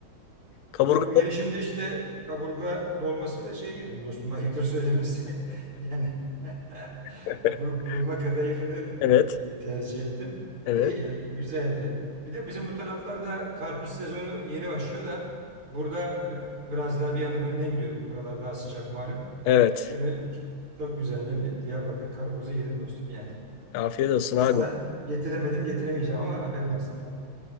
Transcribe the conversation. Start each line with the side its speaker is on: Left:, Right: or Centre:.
Left: Kaburga.
Right: Ben bu gelişimde işte kaburga dolmasıyla şey yedim dostum ayıptır söylemesi. <laughs> Yani <laughs>
Left: <laughs>
Right: bur- burma kadayıfını
Left: Evet.
Right: e, tercih ettim. İyi,
Left: Evet.
Right: güzeldi. Bir de bizim bu taraflarda karpuz sezonu yeni başlıyor da burada e, biraz daha bir adım önden gidiyor. Buralar daha sıcak malum.
Left: Evet.
Right: Şöyle çok güzel de bir Diyarbakır karpuzu yedim dostum yani.
Left: Afiyet olsun
Right: Sana
Left: abi.
Right: getiremedim getiremeyeceğim ama haberin olsun. yani.